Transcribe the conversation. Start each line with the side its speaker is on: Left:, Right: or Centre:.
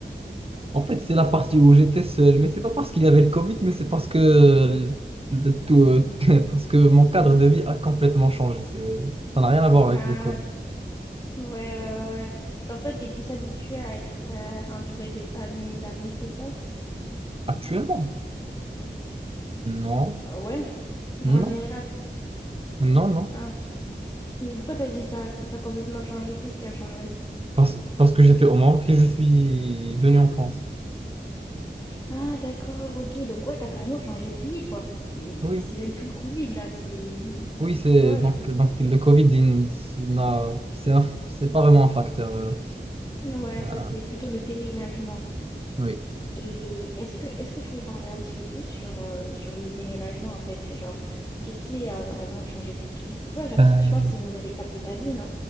Right: En fait, c'est la partie où j'étais seul, mais c'est pas parce qu'il y avait le Covid, mais c'est parce que, euh, de tout, euh, <laughs> parce que mon cadre de vie a complètement changé. C'est- Ça n'a rien à voir avec
Left: Ah,
Right: le Covid.
Left: c- ouais, ouais, ouais, ouais. Genre, toi, t'es plus habitué à être euh, entouré de famille, d'amis, c'est ça?
Right: Actuellement? Non,
Left: Euh, ouais. Genre,
Right: non,
Left: en général.
Right: non, non.
Left: Ah, ok. Mais pourquoi t'as dit ça, ça a complètement changé? Qu'est-ce qui a changé?
Right: Parce, parce que j'étais au Maroc et je suis venu en France.
Left: Ah, d'accord, ok. Donc, ouais, t'as carrément changé de pays, quoi. C'est,
Right: Oui,
Left: c'est même plus le Covid, là. C'est.
Right: oui, c'est
Left: Ouais, ouais,
Right: donc,
Left: je comprends.
Right: donc le Covid, il n- il n'a, c'est un- c'est pas vraiment un facteur. euh,
Left: Ouais,
Right: euh,
Left: ça, c'est plutôt le déménagement.
Right: oui.
Left: Et est-ce que est-ce que tu veux parler un petit peu plus sur, euh, sur le déménagement en fait? Genre, qu'est-ce qui a vraiment changé pour toi? Tu vois, genre,
Right: Euh,
Left: je pense que c'est une nouvelle étape de ta vie, non?